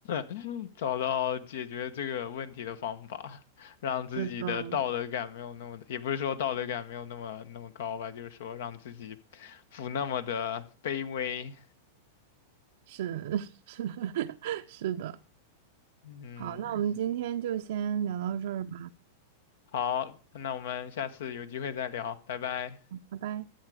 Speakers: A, on the left; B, on the right.
A: <laughs> 找到解决这个问题的方法，让自己的道德感没有那么的也不是说道德感没有那么那么高吧，
B: 是的，
A: 就是说让自己不那么的卑微。
B: 是 <laughs> 是是的，
A: 嗯，
B: 好，那我们今天就先聊到这儿吧，
A: 好，那我们下次有机会再聊，拜拜。
B: 拜拜。